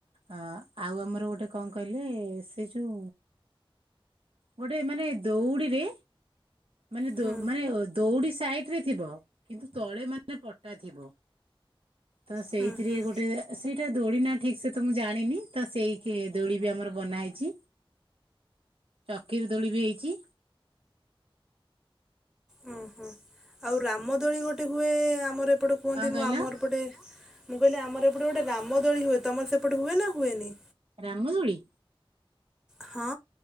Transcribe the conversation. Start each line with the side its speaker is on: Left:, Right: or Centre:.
Right: ଅ ଆଉ ଆମର ଗୋଟେ କଣ କହିଲେ ସେ ଯୋଉ ଗୋଟେ ମାନେ ଦଉଡିରେ ମାନେ ଦ
Centre: ହୁଁ
Right: ମାନେ ଦୌଡି ସାଇ ଥିବ କିନ୍ତୁ ତଳେ ମାନେ ପଟା ଥିବ ତ ସେଇଥିରେ
Centre: ହୁଁ ହୁଁ।
Right: ଗୋଟେ ସେଇଟା ଦୋଳି ନା ଠିକ ସେ ତ ମୁଁ ଜାଣିନି ତ ସେଇ କେ ଦୋଳି ବି ଆମର ବନା ହେଇଛି ଚକିରି ଦୋଳି ବି ହେଇଛି
Centre: ହୁଁ ହୁଁ ଆଉ ରାମ ଦୋଳି ଗୋଟେ ହୁଏ ଆମର ଏପଟେ କୁହନ୍ତି
Right: କଣ
Centre: ମୋ
Right: କହିଲ
Centre: ମାମୁଁଘର ପଟେ ମୁଁ କହିଲି ଆମର ଏପଟେ ଗୋଟେ ରାମ ଦୋଳି ହୁଏ ତମର ସେପଟେ ହୁଏ ନା ହୁଏନି
Right: ରାମ ଦୋଳି
Centre: ହଁ